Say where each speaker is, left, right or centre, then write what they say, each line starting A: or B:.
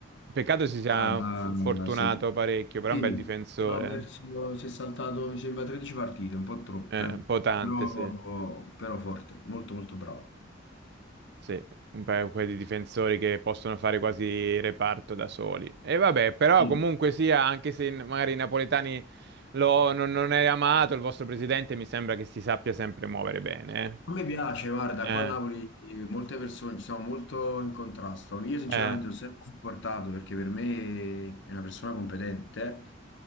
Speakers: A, on the right; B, on the left.
A: Peccato si sia
B: Guarda,
A: f- fortunato
B: sì.
A: parecchio, però
B: Sì,
A: è un bel difensore.
B: abbiamo perso,
A: eh.
B: si è saltato, mi sembra, 13 partite, un po' troppe,
A: Eh, un po' tante,
B: però,
A: sì.
B: però forte, molto molto bravo.
A: Sì, un paio quelli di difensori che possono fare quasi reparto da soli. E vabbè, però
B: Sì.
A: comunque sia, anche se in- magari i napoletani lo- non, non è amato, il vostro presidente mi sembra che si sappia sempre muovere bene.
B: A me piace, guarda,
A: eh.
B: qua
A: Eh,
B: a Napoli eh, molte persone ci sono molto in contrasto. Io sinceramente
A: eh.
B: l'ho sempre supportato perché per me è una persona competente